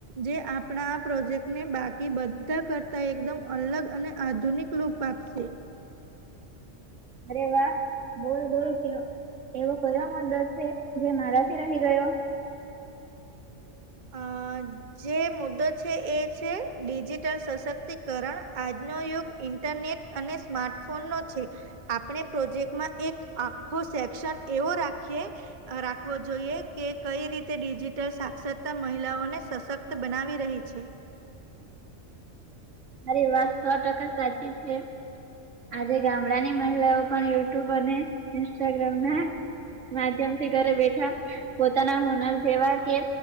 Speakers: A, on the right; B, on the right.
A: જે આપણા આ પ્રોજેક્ટ ને બાકી બધા કરતા એકદમ અલગ અને. આધુનિક લૂપ આપતું.
B: અરે વાહ બોલ બોલ કે એવો કયો મદ્દો છે. જે મારા- રહી ગયો.
A: અ... જે મુદ્દો છે એ છે ડિજિટલ સશક્તિકરણ આજનો યુગ ઇન્ટરનેટ. અને સ્માર્ટ ફોન નો છે. આપણે પ્રોજેક્ટમાં એક આખો સેક્શન એવો રાખીએ. રાખવો જોઈએ કે કઈ રીતે ડિજિટલ. સાક્ષરતા મહિલાઓને સશક્ત બનાવી રહી છે.
B: મારી વાત સો ટકા સાચી છે. આજે ગામડા ની મહિલાઓ પણ યુટ્યુબ અને ઇન્સ્ટાગ્રામ ના. માધ્યમથી ઘરે બેઠા પોતાના હોનર જેવા કે.